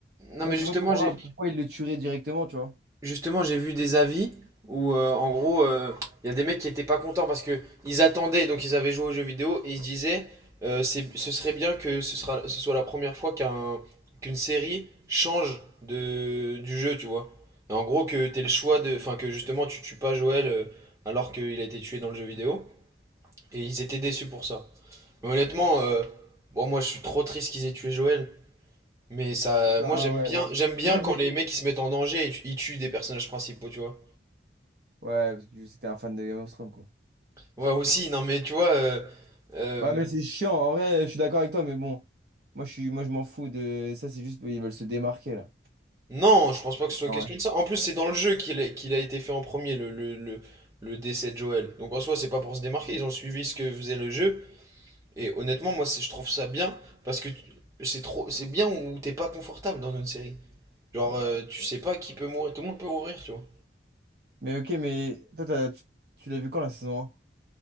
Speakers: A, on the right (about 15°); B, on the right (about 60°).
A: Non,
B: ouais,
A: mais justement,
B: moi, je comprends
A: j'ai
B: pas pourquoi il le tuerait directement, tu vois.
A: Justement, j'ai vu des avis où, euh, en gros, euh, il y a des mecs qui étaient pas contents parce que ils attendaient, donc ils avaient joué aux jeux vidéo et ils se disaient, euh, c'est, ce serait bien que ce sera, ce soit la première fois qu'un, qu'une série change de, du jeu, tu vois. Et en gros, que t'aies le choix de, enfin, que justement tu tues pas Joël euh, alors qu'il a été tué dans le jeu vidéo. Et ils étaient déçus pour ça. Mais honnêtement, euh, bon, moi je suis trop triste qu'ils aient tué Joël. Mais ça, moi
B: Ah
A: j'aime
B: ouais.
A: bien, j'aime bien
B: Mais Moi,
A: quand
B: j'ai...
A: les mecs ils se mettent en danger et tu- ils tuent des personnages principaux, tu vois.
B: Ouais, parce que c'était un fan de Game of Thrones, quoi.
A: Ouais, aussi, non, mais tu vois, euh, euh,
B: Ouais, mais c'est chiant. En vrai, je suis d'accord avec toi, mais bon. Moi, je suis... Moi, je m'en fous de... Ça, c'est juste... Ils veulent se démarquer, là.
A: non, je pense pas que ce soit
B: Ah
A: question
B: ouais.
A: de ça. En plus, c'est dans le jeu qu'il a, qu'il a été fait en premier, le, le, le, le décès de Joël. Donc en soi, c'est pas pour se démarquer, ils ont suivi ce que faisait le jeu. Et honnêtement, moi, c'est- je trouve ça bien, parce que tu- c'est trop, c'est bien où t'es pas confortable dans une série. Genre,
B: Ouais.
A: euh, tu sais pas qui peut mourir, tout le monde peut mourir, tu vois.
B: Mais ok, mais... Toi, t'as- tu tu l'as vu quand, la saison un